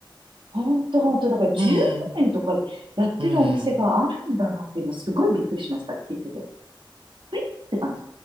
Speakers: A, on the right (about 65°); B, on the right (about 80°).
A: ほんとほんと、だから15円とかでやってるお店があるんだなって今、
B: うん、うん。
A: すごいびっくりしました。聞いてて。えって感じ。